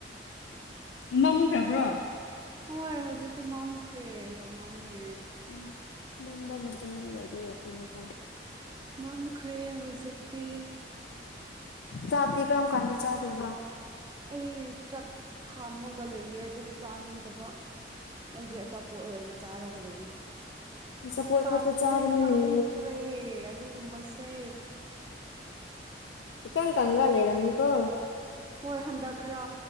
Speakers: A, on the left; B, on the right.
A: ꯃꯝꯈ꯭ꯔꯕ꯭ꯔꯣ
B: ꯍꯣꯏ ꯍꯧꯖꯤꯛꯇꯤ ꯃꯝꯈ꯭ꯔꯦ ꯌꯥꯝ ꯃꯝꯃꯦ
A: ꯎꯝ ꯃꯝꯕ ꯃꯇꯝꯒꯤ ꯌꯧꯗꯤ ꯌꯧꯈ꯭ꯔꯦꯅꯀꯣ
B: ꯃꯝꯈ꯭ꯔꯦ ꯍꯧꯖꯤꯛꯇꯤ
A: ꯆꯥꯛꯇꯤ ꯀꯔꯝ ꯀꯥꯟꯗ ꯆꯥꯗꯣꯏꯕ
B: ꯑꯩ ꯆꯥꯛ ꯊꯥꯝꯃꯒ ꯂꯩꯌꯦ ꯑꯗꯨ ꯆꯥꯅꯤꯡꯗꯕ ꯑꯩꯒꯤ ꯑꯆꯥꯄꯣꯠ ꯑꯣꯏꯅ ꯆꯔꯒ ꯂꯩꯌꯦ
A: ꯆꯄꯣꯠ
B: ꯄꯥꯝꯗ꯭ꯔꯦ
A: ꯈꯛꯇ ꯆꯥꯒꯅꯨꯅꯦ
B: ꯆꯥꯅꯤꯡꯗ ꯈ꯭ꯔꯦ ꯑꯗꯨꯒꯨꯝꯕꯁꯦ
A: ꯏꯀꯪ ꯀꯪꯉꯒꯥ ꯂꯩꯔꯝꯅꯤꯀꯣ
B: ꯍꯣꯏ ꯍꯟꯗꯛ ꯈꯔ